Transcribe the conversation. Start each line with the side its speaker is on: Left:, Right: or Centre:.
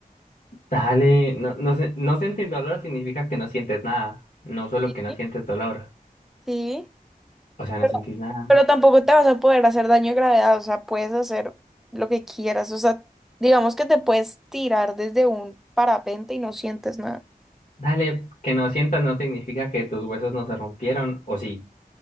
Left: Dale, no, no, se- no sentir dolor significa que no sientes nada, no solo
Centre: Sí.
Left: que no sientes dolor,
Centre: Sí.
Left: o sea, no
Centre: Pero,
Left: sentís nada.
Centre: pero tampoco te vas a poder hacer daño de gravedad, o sea, puedes hacer lo que quieras, o sea, digamos que te puedes tirar desde un parapente y no sientes nada.
Left: Dale, que no sientas no significa que tus huesos no se rompieron, o sí.